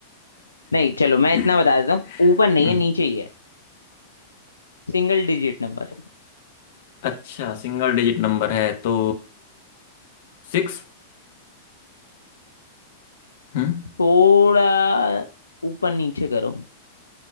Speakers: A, on the left; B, on the left.
A: नहीं चलो मैं इतना
B: <laughs>
A: बता देता हूँ ऊपर नहीं
B: हम्म
A: है नीचे ही है Single digit number
B: अच्छा सिंगल डिजिट नंबर है तो सिक्स हम्म
A: थोड़ा ऊपर नीचे करो